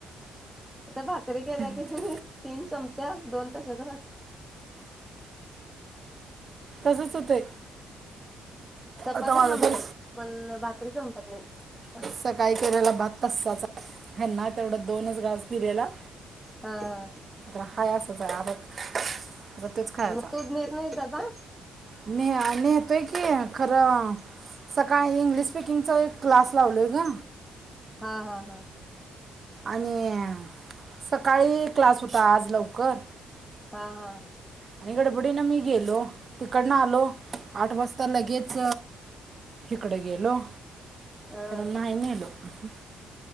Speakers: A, in the centre; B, on the right (about 40°).
A: आता भाकरी केल्या की
B: आणत.
A: <inaudible> तीन संपत्यात दोन तशाच राह
B: तसंच होते
A: <inaudible> चपात्या
B: आता माझं
A: संपत्यात
B: तर
A: पण बाकी तरी संपत नाही हा
B: सकाळी केलेला भात तसाच हाय हेंना तेवढ दोनच घास दिलेला
A: हा
B: तर हाय असच आहे आता <inaudible> तोच खायचा
A: मग तू नेत नाहीस डबा
B: न <inaudible> न्हेतोय की खरं सकाळी इंग्लिश स्पिकिंगच क्लास लावलंय का
A: हा हा हा
B: आणि सकाळी क्लास हु का आज लवकर?
A: हा हा
B: आणि गडबडीनं मी गेलो, तिकडनं आलो आठ वाजता लगेच हिकडं गेलो
A: अ
B: तर नाही न्हेलो उहू